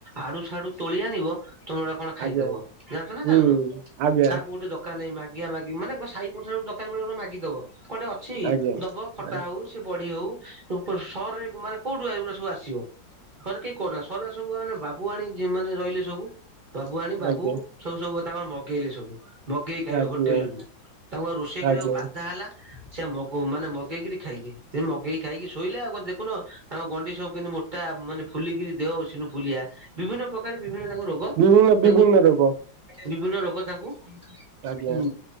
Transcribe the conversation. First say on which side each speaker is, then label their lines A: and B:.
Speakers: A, on the right; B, on the right.
A: ଆଡୁ ସାଡୁ ତୋଳି ଆଣିବ ତମେ ଗୋଟା କଣ ଖାଇଦବ
B: ଆଜ୍ଞା
A: ଜାଣିଛ ନା
B: ହୁଁ
A: ଜାଣିନ?
B: ଆଜ୍ଞା
A: କାହାକୁ ଗୋଟେ ଦ ରକାର ନାଇଁ ମାଗିଆ ମାଗି। ମାନେ କଣ ସାହି ପଡ଼ିଶାରେ ଦରକାର ପଡିଲେ ମାଗିଦବ। କଣ ଅଛି
B: ଆଜ୍ଞା।
A: ଦବ ଖଟା
B: ନାଇଁ
A: ହଉ ସେ ବଢି ହଉ ସହରରେ ମାନେ କୋଉଠୁ ଏଗୁରା ସବୁ ଆସିବ? ସହରରେ କେହି କରୁ ନାହାଁନ୍ତି। ସହରରେ ସବୁ ପା ମାନେ ବାବୁଆଣୀ ଯେଉଁ ମାନେ ରହିଲେ ସବୁ। ବାବୁଆଣୀ, ବାବୁ।
B: ଆଜ୍ଞା
A: ସବୁ ସବୁ ପା ତାଙ୍କର ମଗେଇଲେ ସବୁ। ମଗେଇ ଖାଇବେ
B: ଆଜ୍ଞା
A: ହୋଟେଲ ରୁ। ତାଙ୍କୁ ପା ରୋଷେଇ କରିବାକୁ
B: ଆଜ୍ଞା
A: ବାଧା ହେଲା। ସେ ମାନେ ମଗେଇକିରି ଖାଇଲେ। ସେ ମଗେଇି ଖାଇକି ଶୋଇଲେ ଆଉ ଦେଖୁନ ତାଙ୍କ ଗଣ୍ଡି ସବୁୁ କେମିତି ମୋ ଟା ମାନେ ଫୁଲିକିରି ଦେହ ଉସୁନୁଫୁଲିଆ। ବିଭିନ୍ନ ପ୍ରକାର ବିଭିନ୍ନ ତାଙ୍କ ରୋଗ
B: ବିଭିନ୍ନ ବିଭିନ୍ନ
A: ତାଙ୍କୁ
B: ରୋଗ।
A: ବିଭିନ୍ନ ରୋଗ ତାଙ୍କୁ ଉ
B: ଆଜ୍ଞା